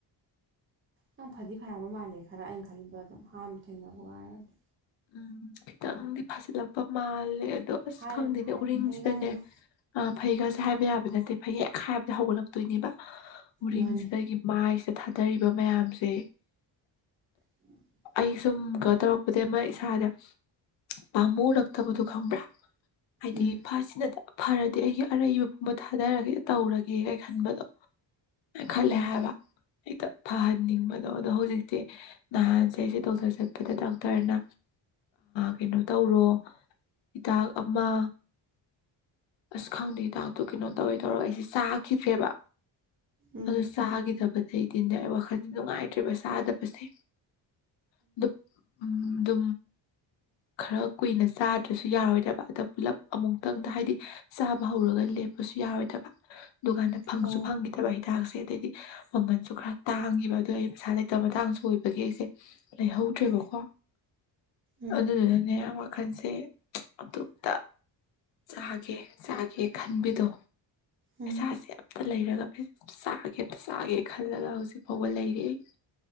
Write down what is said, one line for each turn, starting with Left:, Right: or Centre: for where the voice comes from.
Right: ꯅꯪ ꯐꯗꯤ ꯐꯔꯕ ꯃꯥꯜꯂꯦ ꯈꯔ ꯑꯩꯅ ꯈꯜꯂꯤꯗꯣ ꯑꯗꯨꯝ ꯍꯥꯟꯕ ꯊꯦꯡꯅꯕ ꯋꯥꯥꯏꯔꯗꯤ
Left: ꯎꯝ ꯈꯤꯇꯪꯗꯤ ꯐꯥꯖꯤꯜꯂꯛꯄ ꯃꯥꯜꯂꯦ ꯑꯗꯣ ꯑꯁ
Right: ꯍꯥꯏꯔꯅꯨ
Left: ꯈꯪꯗꯦꯅꯦ
Right: ꯍꯥꯏꯔꯅꯨ
Left: ꯎꯔꯤꯡꯁꯤꯅꯥꯅꯦ
Right: ꯐꯩꯒ ꯍꯥꯏꯔꯨꯅꯨ
Left: ꯑ ꯐꯩꯒꯁꯦ ꯍꯥꯏꯕ ꯌꯥꯕ ꯅꯠꯇꯦ ꯐꯩ ꯍꯦꯛ ꯍꯥꯏꯕꯗ ꯍꯧꯒꯠꯂꯛꯇꯣꯏꯅꯦꯕ ꯎꯔꯤꯡꯁꯤꯗꯒꯤ
Right: ꯃꯥꯅꯦ
Left: ꯃꯥꯏꯁꯤꯗ ꯊꯥꯗꯔꯤꯕ ꯃꯌꯥꯝꯁꯦ
Right: <inaudible>
Left: ꯑꯩ ꯁꯨꯝ ꯇꯧꯔꯛꯄꯗꯒꯤ ꯑꯃ ꯏꯁꯥꯗ ꯄꯥꯝꯃꯨꯔꯛ ꯇꯥꯕꯗꯣ ꯈꯪꯕ꯭ꯔꯥ ꯍꯥꯏꯗꯤ
Right: ꯎꯝ
Left: ꯐꯁꯤꯅꯗ ꯐꯔꯗꯤ ꯑꯩꯒꯤ ꯑꯔꯩꯕ ꯄꯨꯝꯕ ꯊꯥꯗꯔꯒꯦ ꯇꯧꯔꯒꯦꯒ ꯈꯟꯕꯗꯣ ꯈꯂꯦ
Right: ꯎꯝ
Left: ꯍꯥꯏꯕ ꯍꯦꯛꯇ ꯐꯍꯟꯅꯤꯡꯕꯗꯣ ꯑꯗꯣ ꯍꯧꯖꯤꯛꯇꯤ ꯅꯍꯥꯟꯁꯦ ꯑꯩꯁꯦ ꯗꯣꯛꯇꯔ ꯆꯠꯄꯗ ꯗꯣꯛꯇꯔꯅ ꯀꯩꯅꯣ ꯇꯧꯔꯣ ꯍꯤꯗꯥꯛ ꯑꯃ ꯑꯁ ꯈꯪꯗꯦ ꯍꯗꯥꯛꯇꯣ ꯀꯩꯅꯣ ꯇꯧꯋꯦ ꯇꯧꯔ ꯑꯩꯁꯦ ꯆꯥꯈꯤꯗ꯭ꯔꯦꯕ
Right: ꯎꯝ
Left: ꯑꯗꯨ ꯆꯥꯈꯤꯗꯕꯗ ꯏꯗꯤꯟꯗꯤ ꯑꯩ ꯋꯥꯈꯜꯗ ꯅꯨꯡꯉꯥꯏꯇ꯭ꯔꯤꯕ ꯆꯥꯗꯕꯁꯦ ꯑꯗꯨ ꯎꯝ ꯑꯗꯨ ꯈꯔ ꯀꯨꯏꯅ ꯆꯥꯗ꯭ꯔꯁꯨ ꯌꯥꯔꯣꯏꯗꯕ ꯑꯗ ꯄꯨꯜꯂꯞ ꯑꯃꯨꯛꯇꯪꯗ ꯍꯥꯏꯗꯤ ꯆꯥꯕ ꯍꯧꯔꯒ ꯂꯦꯞꯄꯁꯨ ꯌꯥꯔꯣꯏꯗꯕ ꯗꯨꯀꯥꯟꯗ ꯐꯪꯁꯨ
Right: ꯑꯣ
Left: ꯐꯪꯈꯤ ꯐꯠꯇꯕ ꯍꯤꯗꯥꯛꯁꯦ ꯑꯗꯩꯗꯤ ꯃꯃꯜꯁꯨ ꯈꯔ ꯇꯥꯡꯉꯦꯕ ꯑꯗꯣ ꯑꯩ ꯄꯩꯁꯥ ꯂꯩꯇꯕ ꯃꯇꯥꯡꯁꯨ ꯑꯣꯏꯕꯒꯤ ꯑꯩꯁꯦ ꯂꯩꯍꯧꯗ꯭ꯔꯦꯕꯀꯣ
Right: ꯎꯝ
Left: ꯑꯗꯨꯗꯨꯅꯅꯦ ꯋꯥꯈꯜꯁꯦ ꯑꯇꯣꯝꯇ ꯆꯥ <unintelligible> ꯆꯥꯒꯦ ꯈꯟꯕꯤꯗꯣ
Right: ꯎꯝ
Left: ꯏꯁꯥꯁꯦ ꯑꯝꯇ ꯂꯩꯔꯒ ꯆꯥꯒꯦ ꯑꯃꯝꯇ ꯆꯥꯒꯦ ꯈꯜꯂꯒ ꯍꯧꯖꯤꯛ ꯐꯥꯎꯕ ꯂꯩꯔꯤ꫰ꯑꯩ